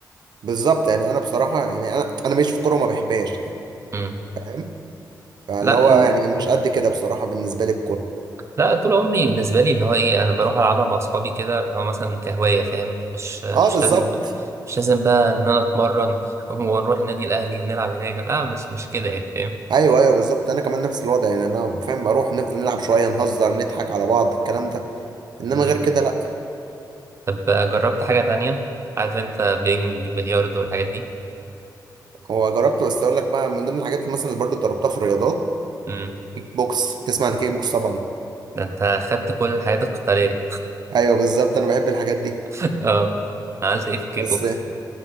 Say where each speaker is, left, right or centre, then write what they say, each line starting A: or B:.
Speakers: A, on the right; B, on the right.
A: بالظبط يعني انا بصراحه يعني انا انا ماشي في الكوره وما بحبهاش يعني
B: مم.
A: فاهم فاللي
B: لا
A: هو يعني مش قد كده بصراحه بالنسبه لي الكوره
B: لا طول عمري بالنسبه لي اللي هو ايه انا بروح العبها مع اصحابي كده اللي هو مثلا كهوايه فاهم مش مش
A: اه بالظبط
B: لازم مش لازم بقى ان انا اتمرن <laughs> ونروح النادي الاهلي ونلعب هناك لا مش مش كده يعني فاهم
A: ايوه ايوه بالظبط انا كمان نفس الوضع يعني انا فاهم بروح نفضل نلعب شويه نهزر نضحك على بعض الكلام ده انما
B: مم.
A: غير كده لا
B: طب جربت حاجه تانية عارف انت بينج بلياردو والحاجات دي
A: هو جربت بس اقول لك بقى من ضمن الحاجات اللي مثلا اللي برضه اتدربتها في الرياضات
B: امم
A: كيك بوكس تسمع عن كيك بوكس طبعا
B: ده انت خدت كل الحاجات القتاليه
A: ايوه بالظبط انا بحب الحاجات دي
B: <laughs> اه عملت ايه في الكيك
A: بس
B: بوكس